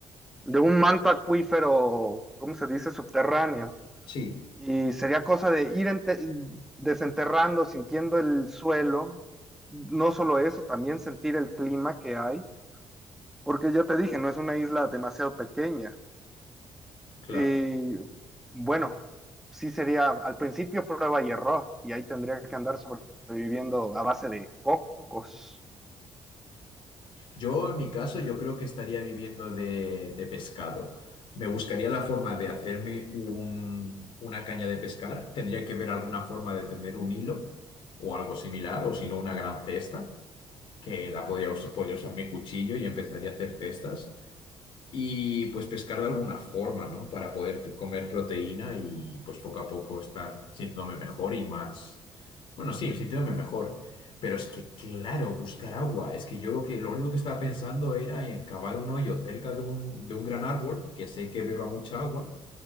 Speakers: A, in the centre; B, on the left.
A: de un manto acuífero, ¿cómo se dice? Subterráneo.
B: Sí,
A: Y sería cosa de ir ente- desenterrando, sintiendo el suelo. No solo eso, también sentir el clima que hay, porque ya te dije, no es una isla demasiado pequeña.
B: Claro.
A: Y bueno, sí sería al principio prueba y error, y ahí tendría que andar sobreviviendo a base de cocos.
B: Yo, en mi caso, yo creo que estaría viviendo de, de pescado. Me buscaría la forma de hacerme un- una caña de pescar. Tendría que ver alguna forma de tener un hilo o algo similar, o si no, una gran cesta, que la podría, us- podría usar mi cuchillo y empezaría a hacer cestas. y pues pescar de alguna forma, ¿no? Para poder t- comer proteína y pues poco a poco estar sintiéndome mejor y más, bueno, sí, sintiéndome mejor. Pero es que, claro, buscar agua. Es que yo lo que, lo único que estaba pensando era en cavar un hoyo cerca de un, de un gran árbol, que sé que beba mucha agua,